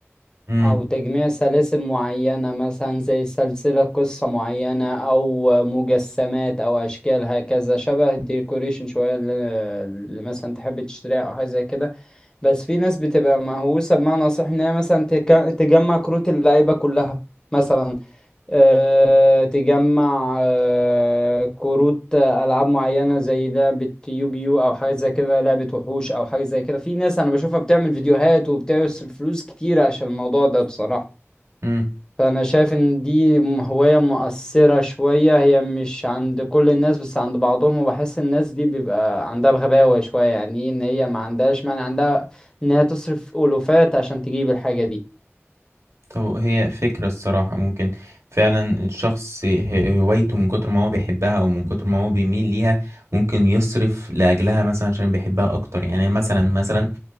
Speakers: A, on the right; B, on the left.
A: امم
B: او تجميع سلاسل معينة مثلا زي سلسلة قصة معينة او مجسمات او اشكال هكذا شبه الديكوريشن شوية اللي اللي مثلا تحب تشتريها او حاجة زي كده بس في ناس بتبقى مهووسة بمعنى صح ان هي مثلا تك- تجمع كروت اللعيبة كلها مثلا آه، تجمع آه، كروت آه، ألعاب معينة زي لعبة يوجيو أو حاجة زي كده لعبة وحوش أو حاجة زي كده في ناس أنا بشوفها بتعمل فيديوهات وبتصرف فلوس كتير عشان الموضوع ده بصراحة
A: امم
B: فأنا شايف إن دي م- هواية مؤثرة شوية هي مش عند كل الناس بس عند بعضهم وبحس الناس دي بيبقى عندها بغباوة شوية يعني إيه إن هي ما عندهاش مانع عندها إن هي تصرف ألوفات عشان تجيب الحاجة دي
A: طب هي فكرة الصراحة ممكن فعلا الشخص ه- هوايته من كتر ما هو بيحبها او من كتر ما هو بيميل ليها ممكن يصرف لاجلها مثلا عشان بيحبها اكتر يعني مثلا مثلا